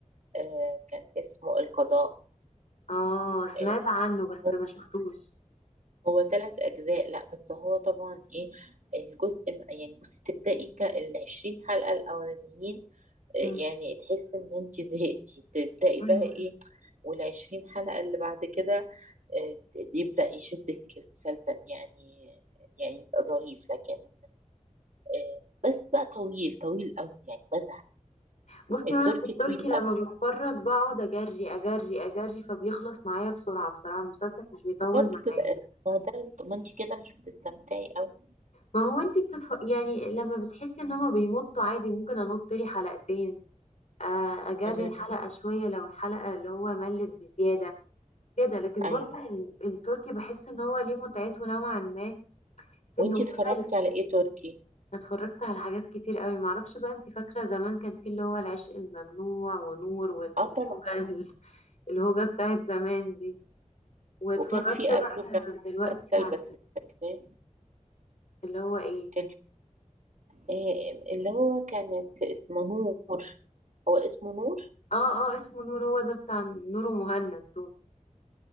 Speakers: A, on the right (about 70°); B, on the left (about 60°).
A: آه، كان اسمه القضاء
B: اه
A: آه،
B: سمعت عنه بس
A: هو
B: ما شفتوش
A: هو ثلاث أجزاء لا بس هو طبعا إيه الجزء يعني بصي تبدأي ك- العشرين حلقة الأولانيين آه، يعني
B: مم.
A: تحس إن أنت زهقتي تبدأي
B: مم.
A: بقى إيه والعشرين حلقة اللي بعد كده آه، يبدأ يشدك المسلسل يعني يعني يبقى ظريف لكن آه، بس بقى طويل طويل قوي يعني بزهق
B: بصي
A: التركي
B: وانا في التركي
A: طويل
B: لما
A: قوي
B: بتفرج بقعد اجري اجري اجري فبيخلص معايا بسرعة بصراحة المسلسل مش بيطول
A: برضه
B: معايا
A: بيبقى هو ده طب ما انت كده مش بتستمتعي قوي
B: ما هو انتي بتتف... يعني لما بتحسي ان هما بيمطوا عادي ممكن انط لي حلقتين آه، اجري
A: امم
B: الحلقة شوية لو الحلقة اللي هو ملت بزيادة كده لكن
A: ايوه
B: برضه التركي بحس ان هو ليه متعته نوعا ما في
A: وانت
B: انه مسلي
A: اتفرجتي على ايه تركي
B: اتفرجت على حاجات كتير قوي معرفش بقى انت فاكرة زمان كان في اللي هو العشق الممنوع ونور والهوجة
A: اه طبعا
B: الهوجة <laughs> بتاعت زمان دي واتفرجت
A: وكان في قبله
B: بقى
A: كان
B: دلوقتي
A: مسلسل
B: على
A: بس مش فاكراه
B: اللي هو ايه
A: كان في إيه اللي هو كانت اسمه نور هو اسمه نور
B: اه اه اسمه نور هو ده بتاع نور ومهند دول